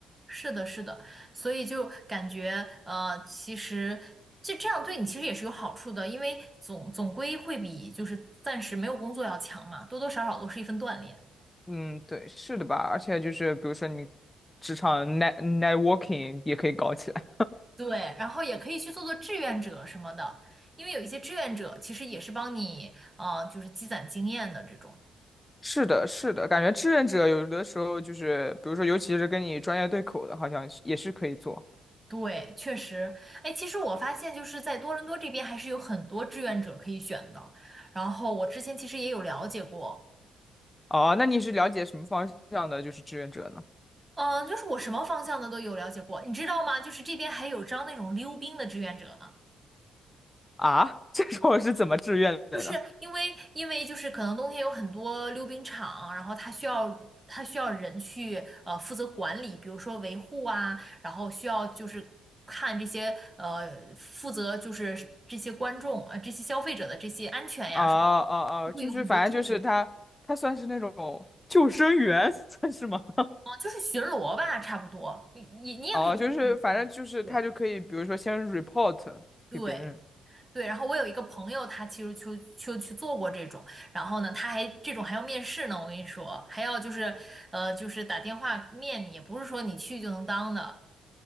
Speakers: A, on the right; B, on the left.
A: 是的，是的，所以就感觉呃，其实就这样对你其实也是有好处的，因为总总归会比就是暂时没有工作要强嘛，多多少少都是一份锻炼。
B: 嗯，对，是的吧？而且就是比如说你职场 net networking 也可以搞起来。
A: 对，然后也可以去做做志愿者什么的，因为有一些志愿者其实也是帮你呃，就是积攒经验的这种。
B: <laughs> 是的，是的，感觉志愿者有的时候就是，比如说尤其是跟你专业对口的，好像也是可以做。
A: 对，确实，哎，其实我发现就是在多伦多这边还是有很多志愿者可以选的，然后我之前其实也有了解过。
B: 哦，那你是了解什么方向的，就是志愿者呢？
A: 嗯，就是我什么方向的都有了解过，你知道吗？就是这边还有招那种溜冰的志愿者呢，
B: 啊，<laughs> 这种是怎么志愿的呢？
A: 就是因为因为就是可能冬天有很多溜冰场，然后他需要他需要人去呃负责管理，比如说维护啊，然后需要就是看这些呃负责就是这些观众呃这些消费者的这些安全呀什么的，
B: 哦哦哦，
A: 就会有很多志愿者，
B: 就是反正就是他，他算是那种救生员，<laughs> 算是吗？<laughs>
A: 嗯，就是巡逻吧，差不多，你你你也可以说，
B: 哦，就是反正就是他就可以，
A: 嗯，对
B: 比如说先 report
A: 对。
B: 给别人。
A: 对，然后我有一个朋友，他其实就就去做过这种，然后呢，他还这种还要面试呢，我跟你说，还要就是呃，就是打电话面你，也不是说你去就能当的。